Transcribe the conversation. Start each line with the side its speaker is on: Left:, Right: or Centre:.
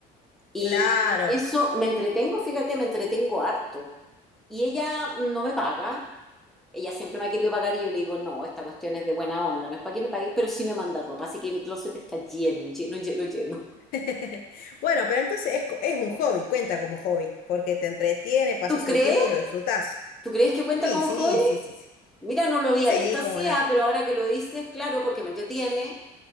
Centre: Y
Left: claro.
Centre: en eso me entretengo, fíjate, me entretengo harto. Y ella no me paga. Ella siempre me ha querido pagar y yo le digo, no, esta cuestión es de buena onda, no es para que me pagues, pero sí me manda ropa, así que mi closet está lleno, lleno, lleno, lleno.
Left: <laughs> Bueno, pero entonces es, co- es un hobby, cuenta como hobby, porque te entretiene, pasas
Centre: ¿Tú crees?
Left: el tiempo y lo disfrutás.
Centre: ¿Tú crees que cuenta
Left: Sí,
Centre: con
Left: sí,
Centre: hobby?
Left: sí, sí, sí.
Centre: Mira, no lo había
Left: Sí,
Centre: visto así,
Left: cómo no.
Centre: ah, pero ahora que lo dices, claro, porque me entretiene,